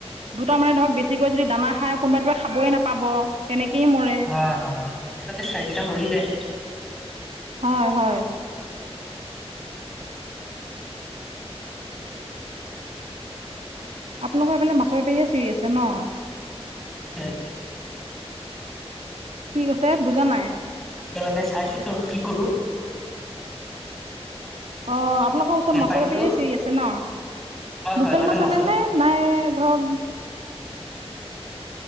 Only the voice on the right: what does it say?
দুটা মানে ধৰক বেছিকৈ যদি দানা খাই কোনোবা তোৱে খাবয়ে নাপাব। তেনেকেই মৰে।
হয়-হয়। আপোনালোকৰ এইফালে মাছৰ বেপাৰীয়ে চিঞৰি আছে ন',
কি কৈছে বুজা নাই?
অ, আপোনালোকৰ ওচৰত
মাছৰ বেপাৰীয়ে চিঞৰি আছে ন'
লোকেল
মাছ
আনে নে? নাই ধৰক,